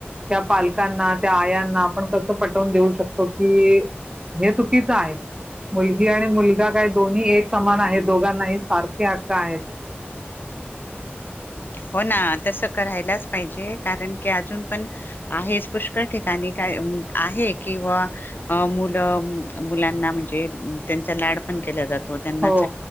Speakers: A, on the right; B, on the left.
A: त्या पालकांना, त्या आयांना आपण कसं पटवून देऊ शकतो की- हे चुकीच आहे. मुलगी आणि मुलगा काय दोन्ही एक समान आहे. दोघांनाही सारखे हक्क आहेत.
B: हो ना तसं करायलाच पाहिजे. कारण की अजून पण- आहेच. पुष्कळ ठिकाणी काय आहे किवा- अ मुलं मुलांना म्हणजे त्यांचा लाड- जातो त्यांनाच
A: हो